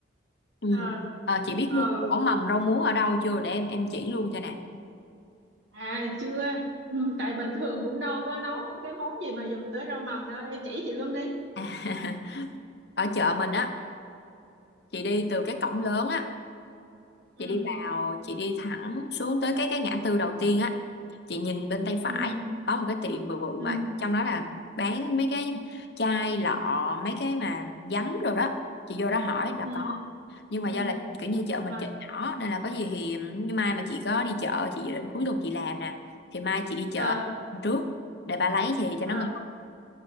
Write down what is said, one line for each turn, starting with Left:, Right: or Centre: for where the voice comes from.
Left: ừ.
Right: ờ
Left: Ờ, chị biết
Right: ừ
Left: mua chỗ mầm rau muống ở đâu chưa để em em chỉ luôn cho nè
Right: à chưa ừ, tại bình thường cũng đâu có nấu cái món gì mà dùng tới rau mầm đâu em chỉ chị luôn đi
Left: <laughs> ở chợ mình á chị đi từ cái cổng lớn á
Right: ừ
Left: chị đi vào chị đi thẳng xuống tới cái cái ngã tư đầu tiên á chị nhìn bên tay phải
Right: ừ
Left: có một cái tiệm bự bự
Right: ừ
Left: mà trong đó là bán mấy cái chai lọ mấy cái mà giấm rồi đó chị vô đó hỏi là
Right: ừ
Left: có
Right: ừ
Left: nhưng mà
Right: ừ
Left: do
Right: ừ.
Left: là kiểu như chợ mình
Right: rồi
Left: chợ nhỏ nên là có gì thì nhưng mai mà chị có đi chợ chị dự định cuối tuần chị làm nè thì mai chị đi chợ
Right: ờ
Left: trước để bà lấy thì cho
Right: ờ
Left: nó ngon